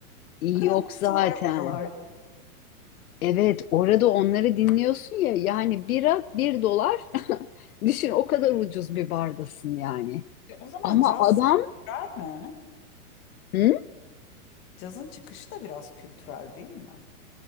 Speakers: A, on the left (about 70°); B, on the left (about 25°).
A: İyi
B: Kırıntılar
A: yok zaten.
B: buralarda.
A: Evet, orada onları dinliyorsun ya yani bira bir dolar <laughs> düşün o kadar ucuz bir bardasın yani.
B: E, O zaman
A: Ama
B: caz
A: adam
B: kültürel mi?
A: hı?
B: Cazın çıkışı da biraz kültürel değil mi?